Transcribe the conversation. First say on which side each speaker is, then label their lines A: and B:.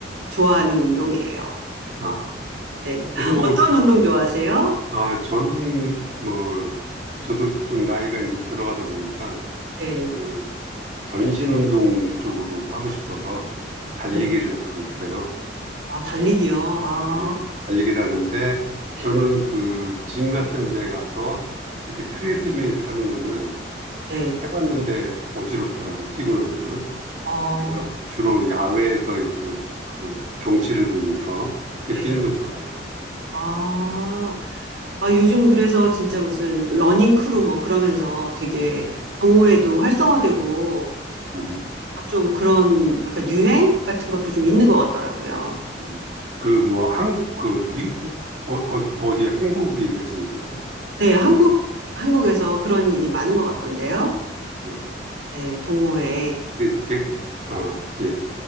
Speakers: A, on the right (about 85°); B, on the right (about 40°).
A: 좋아하는 운동이에요.
B: 아.
A: 네.
B: 그럼 뭐,
A: 어떤 운동 좋아하세요?
B: 아, 저는 뭐, 저도 좀 나이가 이제 들어가다 보니까
A: 네.
B: 그 전신 운동 쪽으로 하고 싶어서 달리기를
A: 네.
B: 하고 있어요.
A: 아, 달리기요. 아,
B: 예, 달리기를 하는데
A: 네.
B: 저는 그 짐 같은 데 가서 이렇게 트레드밀 타는 거는 네.
A: 네.
B: 해봤는데 어지럽더라고, 뛰고 나면은.
A: 어,
B: 그래서 주로 야외에서 그, 그 경치를 보면서 이렇게
A: 네.
B: 뛰는 걸 좋아해요.
A: 아. 아, 요즘 그래서 진짜 무슨 러닝 크루 뭐 그러면서 되게
B: 예.
A: 동호회도 활성화되고
B: 음.
A: 어, 좀 그런 약간 유행 같은 것도 좀 있는 것 같더라고요.
B: 음. 그, 뭐, 한, 그, 미, 어, 어, 어디, 한국 얘기하시는 건가요?
A: 네, 한국, 한국에서 그런 일이 많은 것 같던데요.
B: 예.
A: 네, 동호회.
B: 근데 제가, 아, 예.